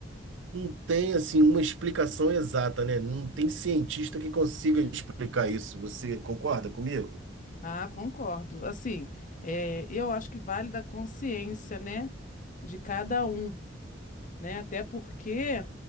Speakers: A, on the right; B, on the left.
A: não tem assim uma explicação exata, né? Não tem cientista que consiga explicar isso. Você concorda comigo?
B: Ah, concordo. Assim, é, eu acho que vale da consciência, né, de cada um né? Até porque